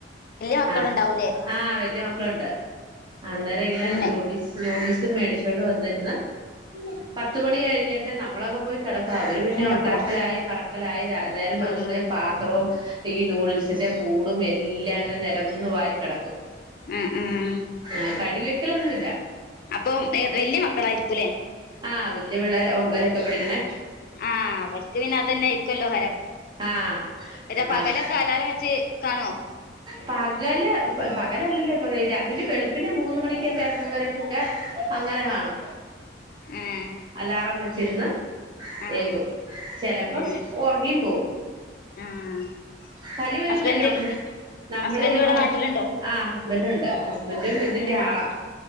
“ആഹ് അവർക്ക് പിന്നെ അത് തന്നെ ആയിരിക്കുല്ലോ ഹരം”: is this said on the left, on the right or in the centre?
Left